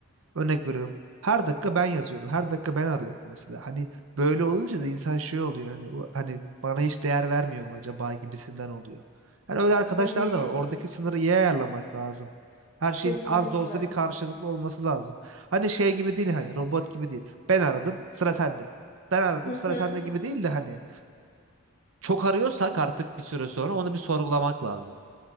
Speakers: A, on the right; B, on the left.
A: Örnek veriyorum. Her dakika ben yazıyorum. Her dakika ben arıyorum mesela. Hani böyle olunca da insan şey oluyor. Hani, "U- hani bana hiç değer vermiyor mu acaba gibisinden oluyor. Yani öyle arkadaşlar
B: Tabii,
A: da var. Oradaki sınırı iyi ayarlamak lazım. Her şeyin
B: kesinlikle.
A: az da olsa bir karşılıklı olması lazım. Hani şey gibi değil hani robot gibi değil. Ben aradım sıra sende. Ben aradım
B: Hı
A: sıra
B: hı,
A: sende gibi değil de hani çok arıyorsak artık bir süre sonra onu bir sorgulamak lazım.